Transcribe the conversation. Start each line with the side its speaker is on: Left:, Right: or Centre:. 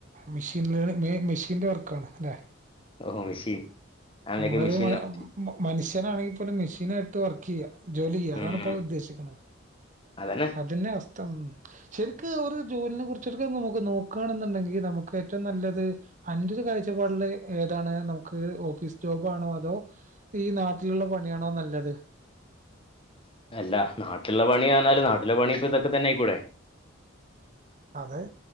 Right: മിഷനീല് മിഷിന്റെ വർക്കാണ് ലേ
Left: ഓ മെഷീൻ അതിലേക്ക്
Right: നമ്മള്
Left: മെഷീൻ ഉണ്ടാവും
Right: മനുഷ്യനാണെങ്കി പോലും മെഷീനായിട്ട് വർക്കെയ്യാ ജോലില്ലാ
Left: ഉം.
Right: അതാണ് ഇപ്പോ ഉദ്ദേശിക്കണത്
Left: അതന്നെ
Right: അതന്നെ അസ്ഥ ഉം ശരിക്ക് അവറ് ജോലിനെ കുറിച്ച് എടുക്കാ നമുക്ക് നോക്കുവാണെന്നുണ്ടെങ്കി നമുക്ക് ഏറ്റവും നല്ലത് അന്റൊരു കാഴ്ചപ്പാടില് ഏതാണ് നമുക്ക് ഓഫീസ് ജോബാണോ അതോ ഈ നാട്ടിലുള്ള പണിയാണോ നല്ലത്
Left: അല്ല നാട്ടിലുള്ള പണിയാന്നാല് നാട്ടിലെ പണി ഇപ്പ ഇതൊക്കെ തന്നെ ആയിക്കൂടെ
Right: അതെ